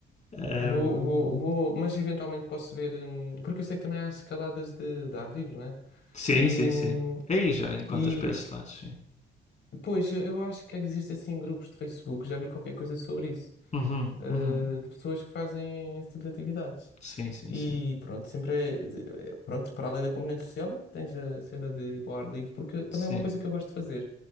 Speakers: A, on the left; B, on the left.
A: Hum,
B: Vou, vou, vou, mas eventualmente posso ver, hum, porque eu sei que também há escaladas de, de ar livre, né?
A: sim,
B: E,
A: sim, sim.
B: hum,
A: Aí já encontras
B: e
A: para esses lados, sim.
B: Pois, eu eu acho que existem assim grupos de Facebook, já vi qualquer coisa sobre isso,
A: Uhum,
B: eh,
A: uhum.
B: de pessoas que fazem esse tipo de atividades.
A: Sim, sim,
B: E
A: sim.
B: pronto, sempre é, é- pronto, para além da componente social, tens a cena de ir para o ar livre, porque também
A: Sim.
B: é uma coisa que eu gosto de fazer.